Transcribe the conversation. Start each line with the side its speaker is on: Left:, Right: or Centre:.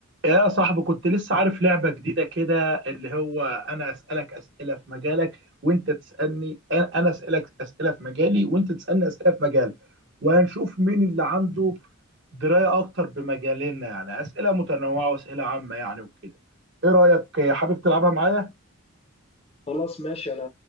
Right: يا صاحبي كنت لسه عارف لعبة جديدة كده اللي هو أنا أسألك أسئلة في مجالك وأنت تسألني أنا أنا أسألك أسئلة في مجالي وأنت تسألني أسئلة في مجالي وهنشوف مين اللي عنده دراية أكتر بمجالنا يعني أسئلة متنوعة وأسئلة عامة يعني وكده إيه رأيك حابب تلعبها معايا؟
Left: خلاص ماشي انا